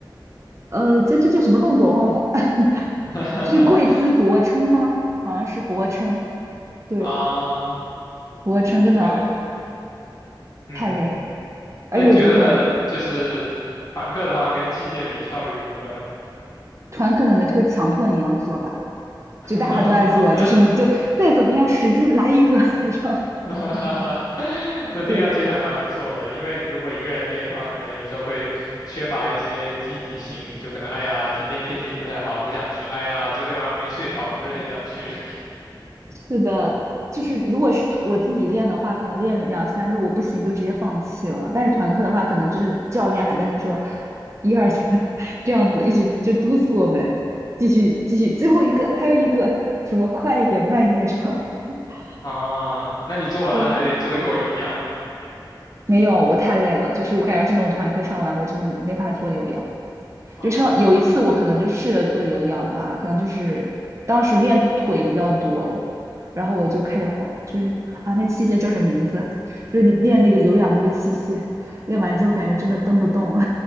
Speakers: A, on the right; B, on the left.
A: 呃，这这叫什么动作我忘了，<laughs>
B: <laughs>，
A: 这是跪姿俯卧撑吗？好像是俯卧撑，对，
B: 啊，
A: 俯卧撑真的
B: 对，嗯，
A: 太累，而且我就可能
B: 那你觉得就是团课的话，跟器械比效率如何呢？
A: 团课可能会强迫你要做吧，
B: <laughs>
A: 就大家都在做，就是你就再怎么样使劲来一个，<laughs> 这样，
B: 哈哈哈 <laughs> 那听上去还蛮不错的，
A: 对，
B: 因为你如果一个人练的话，可能有时候会缺乏一些积极性，就可能哎呀，今天天气不太好，不想去；哎呀，昨天晚上没睡好，不是很想去。
A: 是的，就是如果是我自己练的话，可能练两三个我不行就直接放弃了。但是团课的话，可能就是教练还在那说一二三 <laughs> 这样子，一直就督促我们继续继续，最后一个还有一个什么快一点慢一点这样子。<laughs>
B: 啊，那你做完了还得做一会儿有氧吗？
A: 对，没有，我太累了，就是我感觉这种团课上完我真的没法做有氧。
B: 啊，
A: 就像有一次我可能就试着做有氧吧，可能就是当时练腿比较多，然后我就开始滑，就是啊那器械叫什么名字？就是练那个有氧那个器械，练完之后感觉真的蹬不动了，